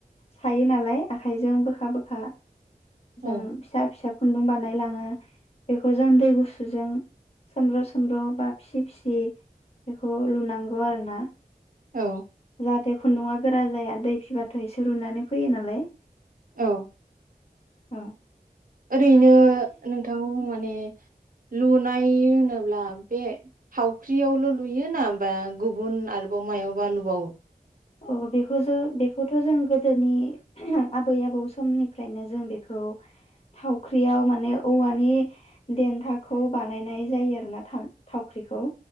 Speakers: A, on the left; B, on the right.
A: सायो नालाय आखाइजों बोखा बोखा जों
B: औ
A: फिसा फिसा खुन्दुं बानाय लाङो बेखौ जों दै गुसुजों सोमब्र सोमब्र बा फिसि फिसि बेखौ लुनां नंगौ आरो ना
B: औ
A: जाहाथे खुन्दुङा गोरा जाया दै फिबाथाय सो रुनानै फैयो नालाय
B: औ
A: औ
B: ओरैनो नोंथां ने लुनाय होनोब्ला बे फावख्रियावल लुयो ना बा गुबुन आरोबाव मायावबा लुबावो
A: अ बेखौ जों बेखौथ जों गोदोनि आबै आबौ समनिफ्रायनो जों बेखौ थावख्रियाव माने औवानि देन्थाखौ बानायनाय जायो ब्लाथा थावख्रिखौ